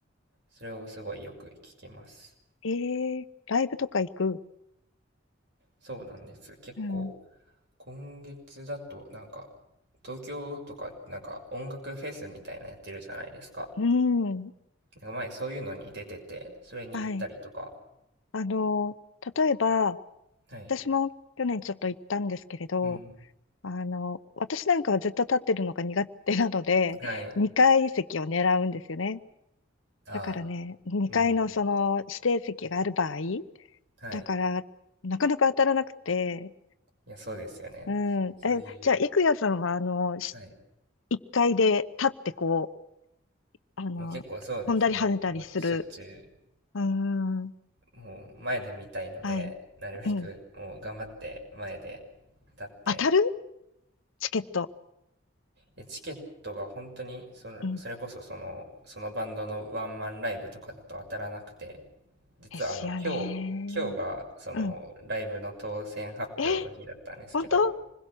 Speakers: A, on the right; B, on the left.
A: それをすごいよく聞きます。
B: えー、ライブとか行く
A: そうなんです。結構、
B: うん。
A: 今月だと、なんか、東京とか、なんか音楽フェスみたいなやってるじゃないですか。
B: うん。
A: なんか前そういうのに出てて、それに行ったりとか。
B: はい。あの、例えば、
A: はい。
B: 私も去年ちょっと行ったんですけれど、
A: うん。
B: あの、私なんかはずっと立ってるのが苦手なので、
A: はい。
B: 2階席を狙うんですよね。
A: ああ、
B: だからね、2階のその指定席がある場合、
A: うん。はい。
B: だから、なかなか当たらなくて、
A: いや、そうですよね。
B: うん。
A: そういう、
B: え、じゃあ、郁也さんは、あの、し
A: はい。
B: 1階で立ってこう、あの、
A: もう結構そうですね。
B: 飛んだり跳ねたりする。
A: もうしょっちゅ
B: うん。
A: う、もう前で見たいので、
B: はい。
A: なるべくもう頑張って前で立って、
B: うん。当たるチケット。
A: でチケットが本当にそのそれこそそのそのバンドのワンマンライブとかだと当たらなくて
B: うん。
A: 実はあの今日今日がそのライブの当選発表の日だったんですけど
B: ですよね。うん。え、本当